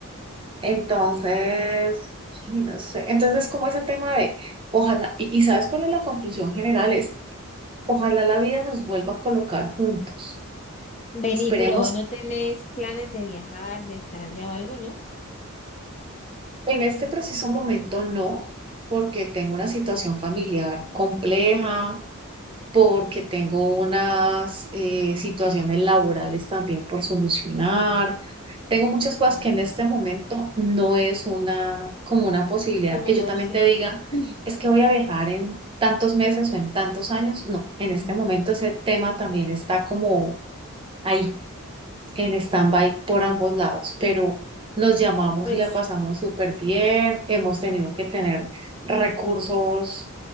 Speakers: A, on the right (about 25°); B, on the left (about 30°).
A: Entonces, sí, no sé, entonces es como ese tema de, ojalá, y, y ¿sabes cuál es la conclusión general? Es, ojalá la vida nos vuelva a colocar juntos.
B: Vení,
A: Esperemos
B: pero vos no tenés planes de viajar, de estar allá o algo, ¿no?
A: En este preciso momento no, porque tengo una situación familiar compleja, porque tengo unas eh, situaciones laborales también por solucionar. Tengo muchas cosas
B: Ujú.
A: que en este momento no es una como una posibilidad
B: Como
A: que
B: una
A: yo también
B: opción.
A: te diga,
B: <clears throat>
A: es que voy a viajar en tantos meses o en tantos años. No, en este
B: Mm.
A: momento ese tema también está como ahí en stand-by por ambos lados, pero nos llamamos
B: Pues.
A: y la pasamos súper bien. Hemos tenido que tener recursos